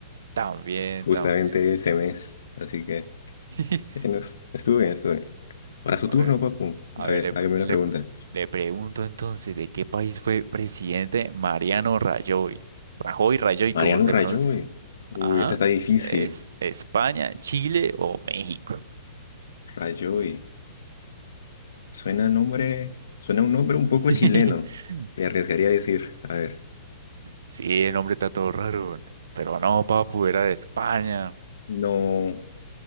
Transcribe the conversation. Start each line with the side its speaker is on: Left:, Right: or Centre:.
Right: También,
Left: justamente
Right: también.
Left: ese mes. Así que
Right: <laughs>
Left: eh, no es- estuve bien, estuve bien. Ahora su
Right: A
Left: turno,
Right: ver,
Left: papu.
Right: a
Left: A
Right: ver,
Left: ver,
Right: le, pre-
Left: hágame
Right: le,
Left: una pregunta.
Right: pre- le pregunto entonces, ¿de qué país fue presidente Mariano Rajoy? Rajoy, Rajoy,
Left: Mariano
Right: cómo se
Left: Rajoy.
Right: pronuncia?
Left: Uy,
Right: Ajá.
Left: esta está difícil.
Right: ¿Es España, Chile o México?
Left: Rajoy. Suena nombre, suena un nombre un poco
Right: <laughs>
Left: chileno. Me arriesgaría a decir. A ver.
Right: Sí, el nombre está todo raro, pero no, papu, era de España.
Left: No,